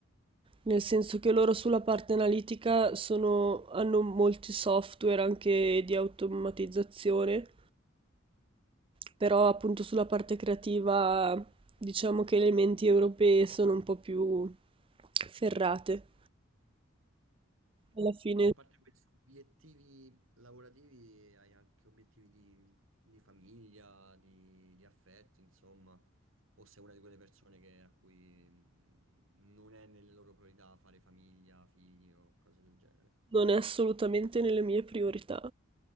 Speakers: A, on the right; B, on the right.
A: Nel senso che loro sulla parte analitica sono, hanno molti software anche di automatizzazione, però appunto sulla parte creativa diciamo che le menti europee sono un po' più ferrate. Alla fine
B: E a parte questi obiettivi lavorativi, hai anche obiettivi di, di famiglia, di, di affetto, insomma. O sei una di quelle persone che- a cui mh, non è nelle loro priorità fare famiglia, figli o cose del genere.
A: non è assolutamente nelle mie priorità.